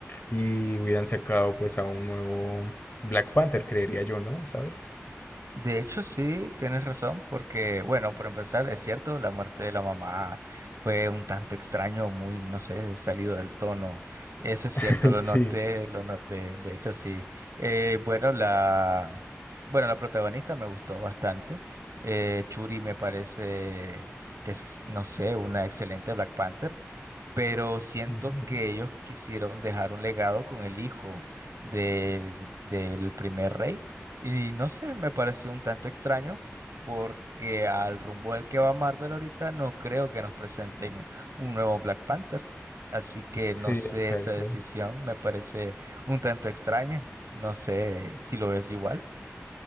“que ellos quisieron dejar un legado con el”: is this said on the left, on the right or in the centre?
Right